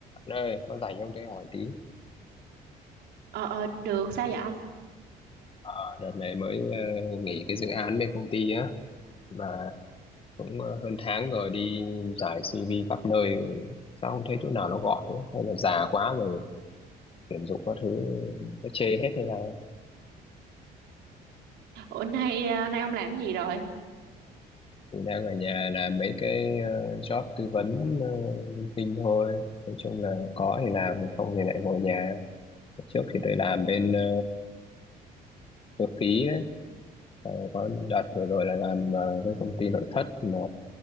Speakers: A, on the left; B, on the right.
A: Anh ơi, con rảnh không tôi hỏi tí.
B: Ờ, ờ, được, sao vậy ông?
A: Ờ, đợt này mới ờ, nghỉ cái dự án bên công ty á, mà cũng ờ, hơn tháng rồi đi giải CV khắp nơi, sao không thấy chỗ nào nó gọi nữa? Hay là già quá rồi tuyển dụng các thứ nó chê hết hay nào?
B: Ủa, nay, à, nay ông làm cái gì rồi?
A: Thì đang ở nhà làm mấy cái ờ, job tư vấn uh, linh tinh thôi. Nói chung là có thì làm, không thì lại ngồi nhà. Trước thì tôi làm bên ờ, cơ khí ấy. Ờ, có đợt vừa rồi là làm ờ, với công ty nội thất mà